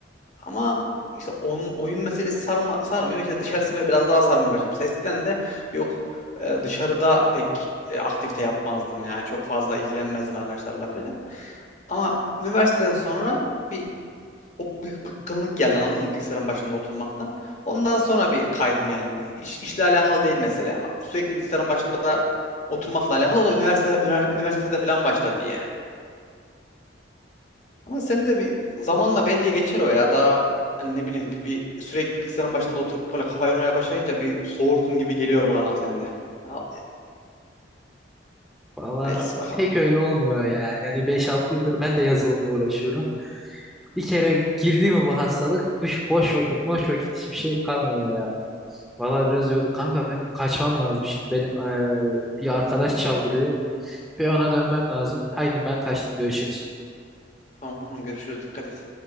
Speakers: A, on the left; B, in the centre.
A: ama işte on, oyun meselesi sarma, sarmıyor işte dışarısı böyle biraz daha sarmaya başladı Mesela eskiden de yok e, dışarıda pek e, aktivite yapmazdım yani çok fazla ilgilenmezdim arkadaşlarla falan ama üniversiteden sonra bir o bı- bıkkınlık geldi anladın mı bilgisayarın başında oturmaktan. Ondan sonra bir kaydım yani. İş, işle alakalı değil mesele. Sürekli bilgisayarın başında oturmakla alakalı. O da üniversite, üniver- üniversitede falan başladı yani. Ama sen de bir zamanla bence geçer o ya. Daha hani ne bileyim bir sürekli bilgisayarın başında oturup böyle kafa yormaya başlayınca bir soğursun gibi geliyor bana sende. Al-
B: Valla
A: Hayırlısı bakalım.
B: pek öyle olmuyor yani. Yani beş altı yıldır ben de yazılımla uğraşıyorum. Bir kere girdi mi bu hastalık boş, boş vakit, boş vakit hiçbir şey kalmıyor Vallahi biraz yoruldu. Kanka benim kaçmam lazım şimdi. Benim eee, bir arkadaş çaldırıyor ve ona dönmem lazım. Haydi ben kaçtım. Görüşürüz.
A: Tamam tamam görüşürüz. Dikkat et.